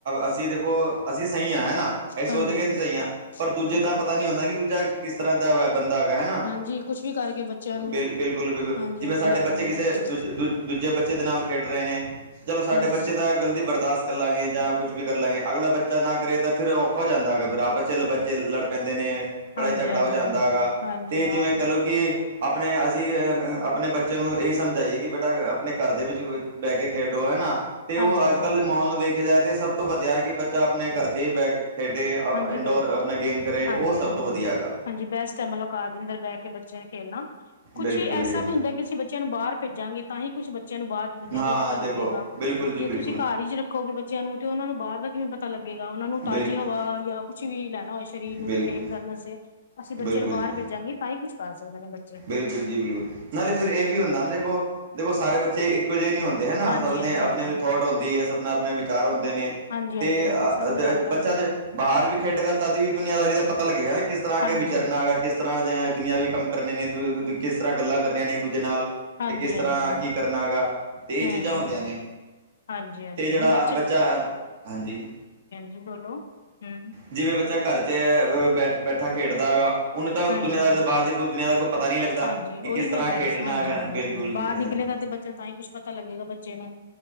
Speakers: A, on the right; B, on the left.
A: ਅਸੀਂ ਦੇਖੋ, ਅਸੀਂ ਸਹੀ ਆ ਹੈਨਾ? ਅਸੀਂ ਸੋਚਦੇ
B: ਹਾਂਜੀ
A: ਕਿ ਅਸੀਂ
B: ਹਾਂਜੀ
A: ਸਹੀ ਆਂ। ਪਰ ਦੂਜੇ
B: ਹਾਂਜੀ
A: ਦਾ ਪਤਾ ਨੀ ਹੁੰਣਾ ਕਿ ਦੂਜਾ ਕਿਸ ਤਰ੍ਹਾਂ ਦਾ ਵੈ ਬੰਦਾ ਹੈਗਾ, ਹੈਨਾਂ।
B: ਹਾਂਜੀ, ਕੁਛ ਵੀ ਕਰਕੇ ਬੱਚਿਆਂ ਨੂੰ
A: ਬਿਲ ਬਿਲਕੁਲ ਬਿਲ
B: ਹਾਂਜੀ
A: ਜਿਵੇਂ
B: ਹਾਂਜੀ
A: ਸਾਡੇ
B: ਲੈ ਜਾਂਦੇ
A: ਬੱਚੇ ਕਿਸੇ
B: ਨੇ ਤਾਂ
A: ਦੂਜ ਦੂਜ ਦੂਜੇ ਬੱਚੇ ਦੇ ਨਾਲ ਖੇਡ ਰਹੇ ਨੇ, ਚਲੋ
B: ਹਮ
A: ਸਾਡੇ
B: ਹਮ
A: ਬੱਚੇ ਦਾ ਗਲਤੀ ਬਰਦਾਸ਼ ਕਰ ਲਾਂਗੇ ਜਾਂ ਕੁੱਛ ਵੀ ਕਰ ਲਾਂਗੇ। ਅਗਲਾ ਬੱਚਾ ਨਾ ਕਰੇ ਤਾਂ ਫਿਰ ਔਖਾ ਹੋ ਜਾਂਦਾ ਹੈਗਾ, ਫਿਰ ਆਪਸ ਚ ਬੱਚੇ ਲੜ ਪੈਂਦੇ ਨੇ‌
B: ਹਾਂਜੀ
A: ਲੜਾਈ-ਝਗੜਾ
B: ਹਾਂਜੀ
A: ਹੋ ਜਾਂਦਾ
B: ਹਾਂਜੀ ਹਾਂ
A: ਹੈਗਾ
B: ਹਾਂਜੀ
A: ਤੇ ਜਿਵੇਂ ਕੈ ਲੋ ਕਿ ਅਪਣੇ ਅਸੀਂ ਅੰ ਅਪਣੇ ਬੱਚੇ ਨੂੰ ਏਹੀ ਸਮਝਾਈਏ ਕਿ ਬੇਟਾ ਅਪਣੇ ਘਰ ਦੇ ਵਿੱਚ ਬੈਹ ਕੇ ਖੇਡੋ, ਹੈਨਾ। ਤੇ ਓਹ
B: ਹਾਂਜੀ ਹਾਂਜੀ
A: ਅੱਜ-ਕੱਲ੍ਹ ਦੇ ਮਾਹੌਲ ਨੂੰ ਵੇਖਿਆ ਜਾਏ ਤੇ ਸਭ ਤੋਂ ਵਧੀਆ ਐ ਕਿ ਬੱਚਾ ਅਪਣੇ ਘਰ ਚ ਈ ਬੈਹ ਖੇਡੇ ਅ
B: ਹਾਂਜੀ
A: ਇਨਡੋਰ
B: ਬ
A: ਅਪਣਾ ਗੇਮ ਕਰੇ,
B: ਹਾਂਜੀ
A: ਓਹ ਸਭ
B: ਹਾਂਜੀ
A: ਤੋਂ ਵਧੀਆ ਹੈਗਾ।
B: ਹਾਂਜੀ, ਬੈਸਟ ਐ ਮਤਲਬ ਘਾਰ ਦੇ ਅੰਦਰ ਬੈਹ ਕੇ ਬੱਚੇ ਨੇ ਖੇਲਣਾ। ਕੁਛ
A: ਬਿਲਕੁਲ
B: ਐਸਾ
A: ਜੀ
B: ਵੀ ਹੁੰਦਾ ਏ ਕਿਸੀ ਬੱਚ ਬੱਚਿਆਂ ਨੂੰ ਬਾਰ ਭੇਜਾਂਗੇ ਤਾਂ ਹੀ ਕੁਛ ਬੱਚਿਆਂ ਨੂੰ ਬਾਰ ਦੀ ਦੁਨੀਆਂ
A: ਹਾਂ
B: ਦਾ ਈ ਪਤਾ
A: ਦੇਖੋ
B: ਲੱਗੇਗਾ।
A: ਬਿਲਕੁਲ ਜੀ
B: ਜੇ
A: ਬਿਲਕੁਲ
B: ਤੁਸੀਂ ਘਰ ਇਜ ਰ ਰਖੋਗੇ ਬੱਚਿਆਂ ਨੂੰ ਤੇ ਉਹਨਾਂ ਨੂੰ ਬਾਰ ਦਾ ਕਿਵੇਂ ਪਤਾ ਲੱਗੇਗਾ। ਓਨਾਂ ਨੂੰ ਤਾਜ਼ੀ
A: ਬਿਲਕੁਲ
B: ਹਵਾ ਯਾ ਕੁਛ ਵੀ ਲੈਣਾ ਹੋਏ ਸਰੀਰ ਨੂੰ
A: ਬਿਲਕੁਲ
B: ਮੇਨਟੇਨ ਕਰਨ ਆਸਤੇ। ਅਸੀਂ ਬੱਚੇ
A: ਬਿਲਕੁਲ
B: ਨੂੰ ਬਾਰ
A: ਜੀ
B: ਭੇਜਾਂਗੇ ਤਾਂ ਈ ਕੁੱਛ ਕਰ ਸਕਦੇ ਨੇ ਬੱਚੇ।
A: ਬਿਲਕੁਲ ਜੀ ਬਿਲਕੁਲ। ਨਾਲੇ ਫਿਰ ਏਹ ਵੀ ਹੁੰਣਾ ਨਾ ਦੇਖੋ, ਦੇਖੋ ਸਾਰੇ ਬੱਚੇ ਇਕੋ ਜੇ ਨੀ ਹੁੰਦੇ ਹੈਨਾ।
B: ਹਾਂਜੀ
A: ਸਭ
B: ਹਾਂਜੀ
A: ਦੇ ਅਪਣੇ-ਅਪਣੇ
B: ਹਾਂਜੀ
A: ਥੋਟ ਹੋੰਦੀ ਏ, ਸਭ ਨੇ ਅਪਣੇ ਵਿਚਾਰ ਹੁੰਦੇ ਨੇ।
B: ਹਾਂਜੀ
A: ਤੇ
B: ਹਾਂਜੀ ਹਾਂਜੀ
A: ਅਹ
B: ਸਭ
A: ਦੇ
B: ਅਲੱਗ ਅਲੱਗ
A: ਬੱਚਾ
B: ਹੁੰਦੇ
A: ਜ
B: ਆ
A: ਬਾਰ ਵੀ ਖੇਡੇਗਾ, ਤਦ ਵੀ ਦੁਨੀਆਂਦਾਰੀ ਦਾ ਪਤਾ ਲੱਗੇਗਾ ਨਾ ਕਿਸ ਤਰ੍ਹਾਂ ਅੱਗੇ
B: ਹਾਂਜੀ
A: ਵਿਚਰਨਾ ਹੈਗਾ, ਕਿਸ ਤਰ੍ਹਾਂ ਦੇ ਦੁਨਿਆ ਵੀ ਕੰਮ ਕਰਨੇ ਨੇ ਦੁਏ ਦੁਗੁ ਕਿਸ ਤਰ੍ਹਾਂ ਗੱਲਾਂ ਕਰਨੀਆਂ ਨੇ ਏੱਕ-ਦੂਜੇ ਨਾਲ।
B: ਹਾਂਜੀ
A: ਤੇ ਕਿਸ ਤਰ੍ਹਾਂ
B: ਹਾਂਜੀ ਹਾਂਜੀ
A: ਕੀ ਕਰਨਾ ਹੈਗਾ ਤੇ ਏਹ
B: ਹੂੰ
A: ਚੀਜ਼ਾਂ
B: ਹੂੰ
A: ਹੁੰਦੀਆਂ ਨੇ।
B: ਹਾਂਜੀ ਹਾਂਜੀ
A: ਤੇ ਜੇੜਾ
B: ਹੁਣ ਬੱਚੇ
A: ਅ ਬੱਚਾ ਹਾਂਜੀ।
B: ਜੀ ਬੋਲੋ, ਹਂ।
A: ਜਿਵੇਂ ਬੱਚਾ ਘਰ ਚ ਅ ਬ ਬੈਠਾ ਖੇਡਦਾ ਹੈਗਾ, ਉਹਨੂੰ ਤਾਂ
B: ਹਾਂਜੀ
A: ਦੁਨੀਆਂਦਾਰੀ
B: ਹਾਂਜੀ
A: ਤੋਂ ਬਾਰ ਦੀ ਕੋਈ ਦੁਨੀਆਂ ਦਾ ਕੋਈ ਪਤਾ ਨਹੀਂ ਲੱਗਦਾ
B: ਹਾਂਜੀ,
A: ਕਿ
B: ਓਹੀ
A: ਕਿਸ ਤਰ੍ਹਾਂ
B: ਮੈਂ ਕੈਹ
A: ਖੇਡਣਾ
B: ਰੀ ਸੀ। ਹਾਂਜੀ
A: ਹੈਗਾ
B: ਹਾਂਜੀ,
A: ਬਿਲਕੁਲ
B: ਹਾਂਜੀ
A: ਜੀ
B: ਬਾਰ
A: ਹਾਂਜੀ
B: ਨਿਕਲੇਗਾ ਤੇ ਬੱਚਾ ਤਾਂ ਈ ਕੁਛ ਪਤਾ ਲੱਗੇਗਾ ਬੱਚੇ ਨੂੰ